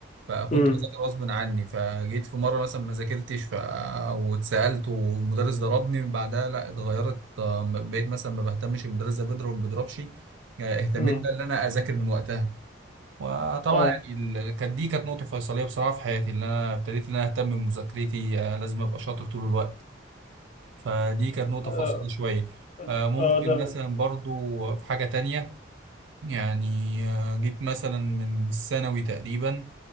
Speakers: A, on the right; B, on the left.
A: فكنت
B: امم
A: بذاكر غصب عني فجيت في مره مثلا ما ذاكرتش ف... واتسالت والمدرس ضربني بعدها لا اتغيرت آه، بقيت مثلا ما بهتمش المدرس ده بيضرب ما بيضربش آه، اهتميت
B: امم
A: بقى ان انا اذاكر من وقتها وطبعا
B: اه
A: يعني ال- كانت دي كانت نقطه فيصليه بصراحه في حياتي اللي انا ابتديت ان انا اهتم بمذاكرتي آه، لازم ابقى شاطر طول الوقت فدي كانت نقطه
B: آه،
A: فاصله شويه آه، ممكن
B: آه، ده
A: مثلا برضو في حاجه تانية يعني آه، جيت مثلا من الثانوي تقريبا